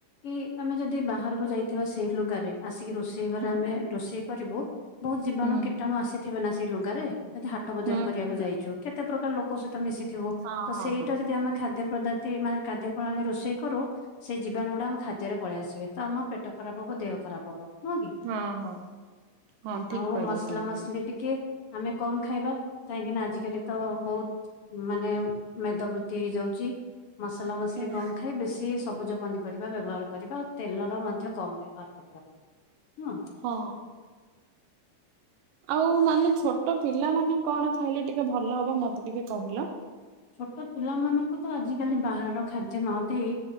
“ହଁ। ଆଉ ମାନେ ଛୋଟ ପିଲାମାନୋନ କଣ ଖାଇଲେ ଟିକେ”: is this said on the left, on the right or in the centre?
Right